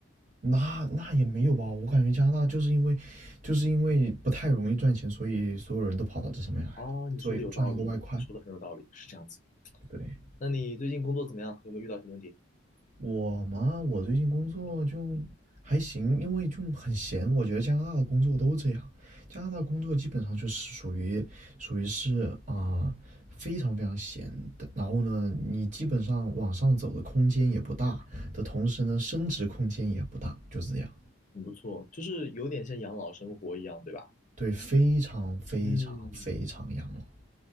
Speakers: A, on the right; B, on the left.
A: 那那也没有吧，我感觉加拿大就是因为，就是因为不太容易赚钱，所以所有人都跑到这上面来了，
B: 哦，你说的有道理，
A: 所以赚一个外快。
B: 你说的很有道理，是这样子。
A: 对，
B: 那你最近工作怎么样？有没有遇到什么问题？
A: 我嘛，我最近工作就还行，因为就很闲。我觉得加拿大的工作都这样，加拿大工作基本上就是属于属于是啊、非常非常闲的。然后呢，你基本上往上走的空间也不大，的同时呢，升值空间也不大，就是这样。
B: 很不错，就是有点像养老生活一样，对吧？
A: 对，非常非常非常养老。
B: 嗯，